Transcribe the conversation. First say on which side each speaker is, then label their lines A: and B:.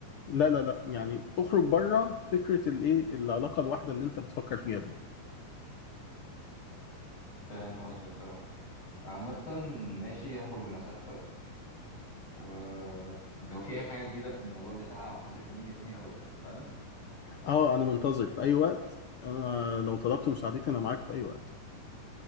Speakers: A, on the left; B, on the left.
A: لا لا لا يعني اخرج بره فكره الايه العلاقه الواحده اللي انت بتفكر فيها دي
B: فاهم قصدك اه عامة ماشي هاخد بنصيحتك ولو في اي حاجة جديدة في الموضوع بتاعها او حد كلمني تاني هقولك فانا
A: اه انا منتظر في اي وقت انا لو طلبت مساعدتي انا معاك في اي وقت